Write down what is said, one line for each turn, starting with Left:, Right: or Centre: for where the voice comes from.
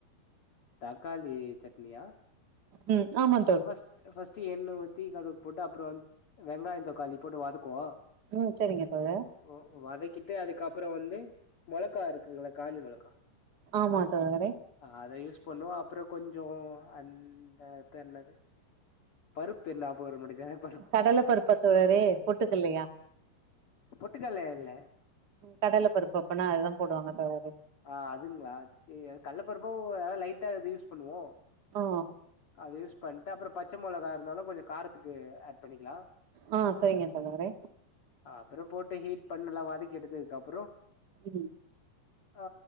Left: தக்காளி சட்னியா
Right: ம் ஆமாத்
Left: அ ஃபர்ஸ்ட் ஃபர்ஸ்ட் எண்ண ஊத்தி கடுகு போட்டு அப்புறோ வந்து வெங்காயோ தக்காளி போட்டு வதக்குவோ
Right: ம் சரிங்க தோழா
Left: ஓ வதக்கிட்டு அதுக்கப்புறோ வந்து மொளக்கா இருக்குங்கள காஞ்ச மொளக்கா
Right: ஆமா தோழரே
Left: அத யூஸ் பண்ணுவோஅப்றோ கொஞ்சோ அந்த தெர்ல அது பருப்பு என்னா போர முடியது அதுதான பருப்பு
Right: கடலபருப்பா தோழரே பொட்டுக்கல்லயா
Left: பொட்டுக்கல்ல இல்ல
Right: கடலபருப்பு அப்பனா அதுதா போடுவாங்க தோழரே
Left: ஆ அதுங்களா சே அது கள்ள பருப்பு ஏது லைட்டாது யூஸ் பண்ணுவோ
Right: ஓ
Left: அது யூஸ் பண்ணிட்டு அப்றோ ப பச்சைமொளகா இருந்தாலு கொஞ்சோ காரத்துக்கு ஆட் பண்ணிக்கலா
Right: ஆ சரிங்க தோழரே
Left: அப்புறோ போட்டு ஹீட் பண்ண நல்லா வதக்கி எடுத்துக்குட் அப்றோ
Right: ம்
Left: ஆ